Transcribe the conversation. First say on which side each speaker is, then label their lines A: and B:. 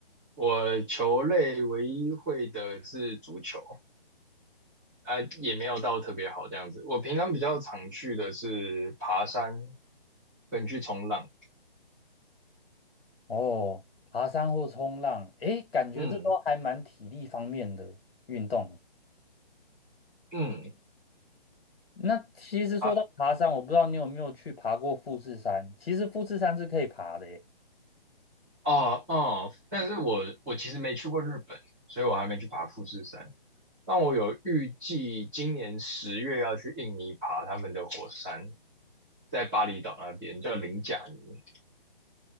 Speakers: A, in the centre; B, on the left.
A: 我球类唯一会的是足球，啊，也没有到特别好这样子。我平常比较常去的是爬山跟去冲浪。
B: 哦，爬山或冲浪，诶，感觉这都还蛮体力方面的运动。
A: 嗯嗯，
B: 那其实说到爬山，
A: 啊
B: 我不知道你有没有去爬过富士山。其实富士山是可以爬的耶，
A: 哦哦，但是我我其实没去过日本，所以我还没去爬富士山。但我有预计今年十月要去印尼爬他们的火山，在巴厘岛那边叫林贾尼。